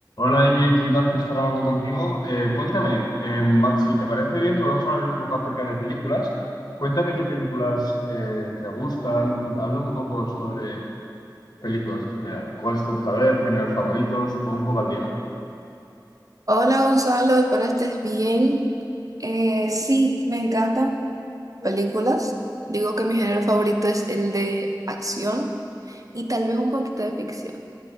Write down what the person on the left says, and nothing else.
Hola Ingrid, un placer estar hablando contigo. Eh, cuéntame, em, va- si te parece bien, podemos hablar un poco acerca de películas. Cuéntame qué películas eh, te gustan. Habla un poco sobre películas en general. ¿Cuáles te gusta ver? ¿Géneros favoritos? Pon un poco al día.